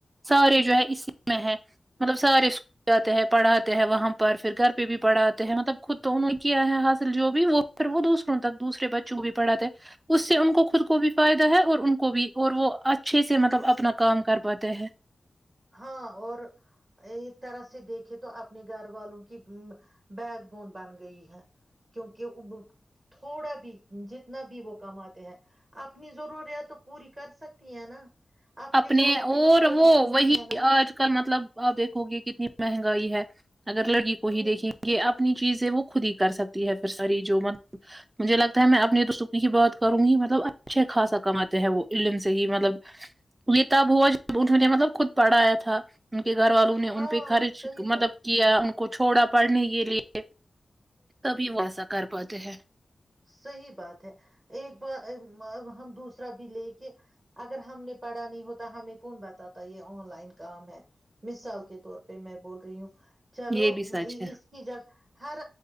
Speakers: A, on the right; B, on the right.
A: سارے جو ہے اسی میں ہے مطلب سارے اسکول جاتے ہیں پڑھاتے ہیں وہاں پر پھر گھر پہ بھی پڑھا آتے ہیں مطلب خود تو انہوں نے کیا ہے حاصل جو بھی وہ پھر وہ دوسروں تک دوسرے بچے جو بھی پڑا تھا اس سے ان کو خود کو بھی فائدا ہے اور ان کو بھی اور وہ اچھے سے مطلب اپنا کام کر پاتے ہیں
B: ہاں اور ایک طرح سے دیکھے تو اپنے گھر والوں کی بیک بون بن گئی ہے کیونکہ تھوڑا بھی جتنا بھی وہ کماتے ہیں اپنی ضروریات تو پوری کر سکتی ہیں نا
A: اپنے
B: ٹانگوں پہ
A: اور
B: تو کھڑی
A: وہ
B: ہوئی
A: وہی
B: ہے نا
A: آج کل مطلب آپ دیکھو گے کتنی مہنگائی ہے اگر لڑکی کو
B: ہوں
A: ہی دیکھیں گے یہ اپنی چیز وہ خود ہی کر سکتی ہے پھر سری جو م مجھے لگتا ہے میں ا اپنی تو سکنی کی بہت کروں گی مطلب اچھے خاصا کماتے ہیں وہ علم سے ہی مطلب یہ تب ہوا جب انہوں نے مطلب خود پڑھایا تھا ان کے گھر والوں نے ان
B: ہاں
A: پہ خرچ
B: صحیح بات
A: مطلب کیا کو چھوڑا پڑھنے کے لیے تبھی وہ ایسا کر پاتے ہیں
B: صحی بات ہے ایک بار ہم دوسرا بھی لے کے اگر ہم نے پڑھا نہیں ہوتا ہمیں کون بتاتا یہ آن لائن کام ہے مثال کے طور پہ میں بول رہی ہوں چلو
A: یہ بھی سچ ہے
B: اس کی جگ ہر